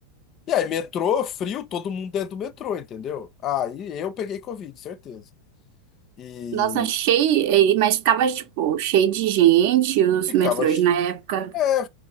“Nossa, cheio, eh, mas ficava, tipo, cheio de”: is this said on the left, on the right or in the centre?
Right